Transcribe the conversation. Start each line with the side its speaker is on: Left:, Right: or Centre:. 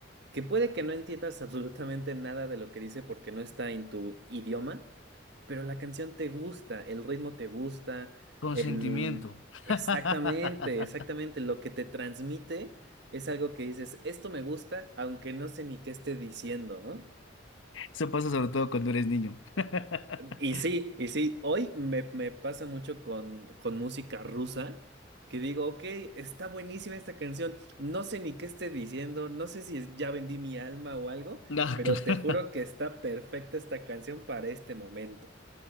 Right: que puede que no entiendas absolutamente nada de lo que dice porque no está en tu idioma, pero la canción te gusta, el ritmo te gusta,
Left: Consentimiento.
Right: el...
Left: <laughs>
Right: Exactamente, exactamente, lo que te transmite es algo que dices, esto me gusta, aunque no sé ni qué esté diciendo, ¿no?
Left: Eso pasa sobre todo cuando eres niño. <laughs>
Right: Y sí, y sí, hoy me, me pasa mucho con, con música rusa, que digo, ok, está buenísima esta canción, no sé ni qué esté diciendo, no sé si es ya vendí mi alma o algo,
Left: No,
Right: pero
Left: claro.
Right: te juro que está perfecta esta canción para este momento.